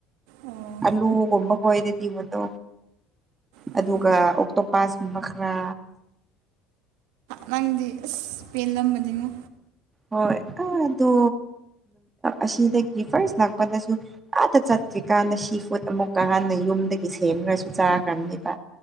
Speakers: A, on the right (about 85°); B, on the right (about 20°).
A: ꯑꯣ
B: ꯑꯂꯨ ꯒꯨꯝꯕ ꯈꯣꯏꯗꯤ ꯏꯕꯗꯣ
A: ꯎꯝ
B: ꯑꯗꯨꯒ ꯑꯣꯛꯇꯣꯄꯥꯥꯁꯀꯨꯝꯕ ꯈꯔ
A: ꯅꯪꯗꯤ ꯑꯁ ꯄꯦꯜꯂꯝꯃꯕꯅꯤꯉꯣ
B: ꯍꯣꯏ ꯑꯗꯣ ꯑꯁꯤꯗꯒꯤ ꯐꯥꯔꯥꯁ ꯂꯥꯛꯄꯟꯗꯁꯨ ꯑꯥꯗ ꯆꯠꯇ꯭ꯔꯤꯀꯥꯟꯗ ꯁꯤ ꯐꯨꯗ ꯑꯃꯨꯛꯀ ꯍꯥꯟꯅ ꯌꯨꯝꯗꯒꯤ ꯁꯦꯝꯔꯁꯨ ꯆꯥꯈ꯭ꯔꯅꯤꯕ